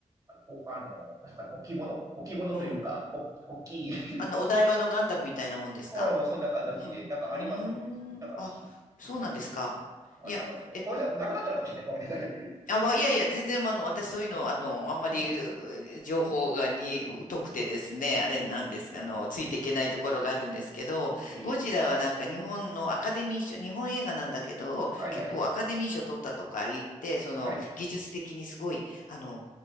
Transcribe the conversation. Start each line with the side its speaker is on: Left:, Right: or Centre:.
Right: おあの、なんすかね、置物置物というか、
Left: うん。
Right: お大きい、<laughs>
Left: あの、お台場のガンダムみたいなもんですか
Right: うん、そんな形で、
Left: うん。
Right: なんかありますよね。
Left: う
Right: なんかし、
Left: ーん。あ、そうなんですか。
Right: うん。あれなく、
Left: いや、え
Right: ごめんなさい、なくなったのかもしれない。ごめんなさい。
Left: あ、わいやいや、全然、あの、私そういうの、
Right: うん、
Left: あの、あんまり、
Right: うん、
Left: う情報が、に、
Right: うん、
Left: 疎くてですね、あれなんです、
Right: うん、
Left: あの、ついていけないところがあるんですけど、
Right: うん。いい
Left: ゴジラはなんか日本のアカデミー賞、日本映画なんだけど、
Right: はいはい、
Left: 結構アカデミー賞取ったとか言って、その、
Right: はい。
Left: 技術的にすごい、あの、